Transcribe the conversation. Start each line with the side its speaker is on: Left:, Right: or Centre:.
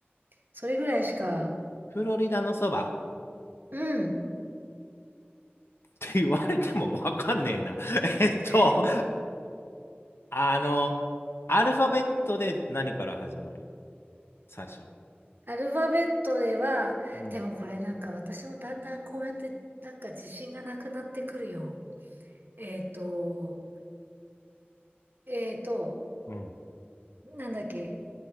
Right: それぐらいしか、
Left: フロリダのそば
Right: うん。
Left: って言われてもわかんねえな。<laughs> えっと、
Right: <laughs>
Left: あの、アルファベットで何から始まる最初。
Right: アルファベットでは、
Left: うん。
Right: でもこれなんか私もだんだんこうやってなんか自信がなくなってくるよ。えっと、えっと、
Left: うん。
Right: なんだっけ、